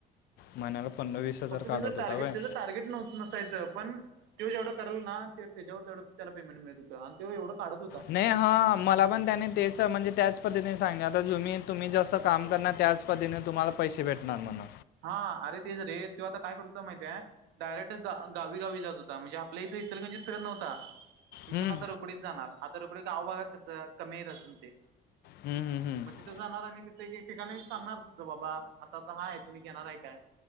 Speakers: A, on the left; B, on the right.
A: महिन्याला पन्नास वीस हजार
B: फक्तं
A: काढत
B: त्याचं टार्गेट
A: होता वय
B: त्याचं टार्गेट नव्हतं. नसायचं पणं त जेवढं करेल ना त्याच्यावर त्याला पेमेंट मिळतं होतं आणि त्यो एवढं काढतं होतं.
A: नाहीं हां मला. पणं त्यानी तेचं म्हणजे त्याचं पद्धतीनें सांग आता तुम्हीं तुम्हीं जसं कामं करणारं त्याचं पद्धतीनें तुम्हाला पैसे भेटणार मना
B: हां अरे तेचं रे त्यो आता कायं करतं होता माहित आहे डायरेक्ट ग गावी गावी जातं होता म्हणजे आपल्या इथं इचलकरंजीत फिरतं नव्हतां इथून
A: हम्म,
B: आता रोकडीच जाणारं आता रोकडीच गावबागात कसं कमी येतं अजूंन ते
A: हम्मं हम्मं हम्मं
B: तिथ जाणारं आणि तिथे एक एक ठिकाणी सांगणार तं बाबां असाचं हां आहे तुम्हीं घेणारं आहे कायं